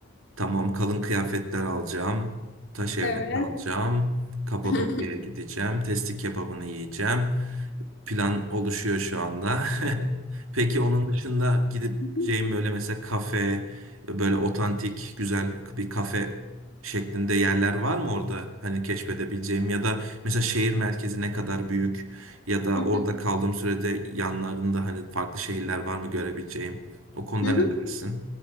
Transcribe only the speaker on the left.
Evet.
<laughs> Hı
hı.
Hı hı.
Hı
hı.